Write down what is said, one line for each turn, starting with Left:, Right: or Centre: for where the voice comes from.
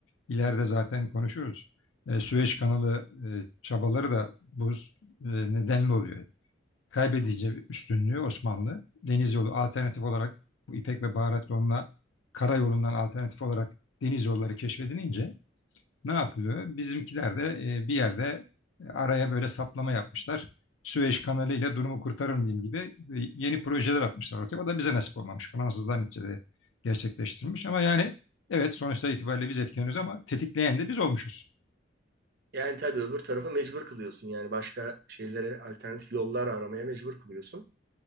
Left: İleride zaten konuşuyoruz. E, Süveyş kanalı e, çabaları da bu e, nedenle oluyor. Kaybedince üstünlüğü Osmanlı. Deniz yolu alternatif olarak bu İpek ve Baharat yoluna karayolundan alternatif olarak deniz yolları keşfedilince ne yapılıyor? Bizimkiler de e, bir yerde e, araya böyle saplama yapmışlar. Süveyş Kanalı ile durumu kurtarır mıyım gibi e, yeni projeler atmışlar ortaya. O da bize nasip olmamış. Fransızlar neticede gerçekleştirmiş. Ama yani evet sonuçta itibariyle biz etkileniyoruz ama tetikleyen de biz olmuşuz.
Right: Yani tabii öbür tarafa mecbur kılıyorsun. Yani başka şeylere alternatif yollar aramaya mecbur kılıyorsun.